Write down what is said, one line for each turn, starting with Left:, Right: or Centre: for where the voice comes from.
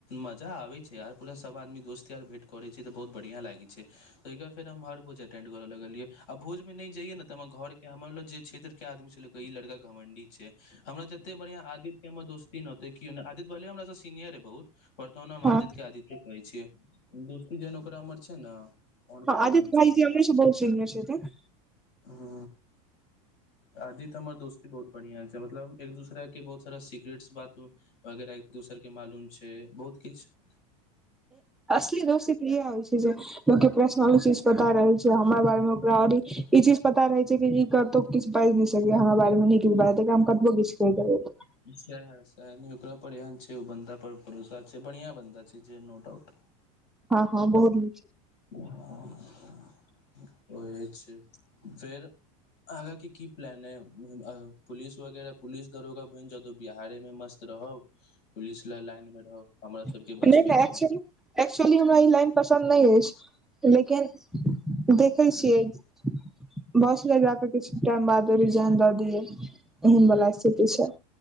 Left: मजा आबे छै आर पूरा सब आदमी दोस्त यार भेट करे छै तऽ बहुत बढ़िया लागे छै फेर हर भोजें कर लगलियै भोज मे नहि जाय घर हमरोग जे क्षेत्र के आदमी छल इ लड़का घमंडी छै हमरा जते बढ़िया आदित्य के हमर दोस्तीते क आद्य ब हमरा सीनियर है बहुत पर त ने हम
Centre: हँ
Left: आदित्य आदित्य कहै छियै दोस्ती जेहन ओकरा उमर छै ने ओहन
Centre: हँ
Left: ककरो
Centre: आदित्य
Left: नहि
Centre: भाइजी
Left: छै
Centre: हमरी सँ बहुत सीनियर छथिन
Left: हू आदी त हमर दोस्ती बहुत बढ़ििया छै मतलब एक दूसरा के बहुत सारा सिक्रेटस बात वगैरह एक दोसरके मालूम छै बहुत किछु
Centre: असली दोष ती तऽ इहाय होै छै जे य के प्रश्नल चीज पता रहल छै हमरा बारे मे ओकरार ई चीज पता पता रहै छै कि ई करतौ किछु बाजि नहि सकै हमरा बारे मे नीक बाजत हम कबो किछु कहि देबै
Left: हह ओकरा पर एन छै ओ बन्दा पर भरोसा छै बढ़िया बा छै जे नो डाउट
Centre: हँ हँ बहुत निक
Left: <unintelligible> ओह एछ फेर आगाँ के की प्लान है पुलिस वगैरह पुलिस दरोगा बनि जदो बिहारे में मस्त रहब पुलिस ल लाइनमे रहब हमरा सबके
Centre: छै।
Left: बचबैत
Centre: नहि नहि
Left: रहब
Centre: एक्चुअली एक्चुअली हमरा ई लाइन पसन्द नय अछि। लेकिन देखै छियै बस ल जाकऽ किछु टाइम बाद दू रीजाइन दऽ दिये एहन बाला स्थिति छै।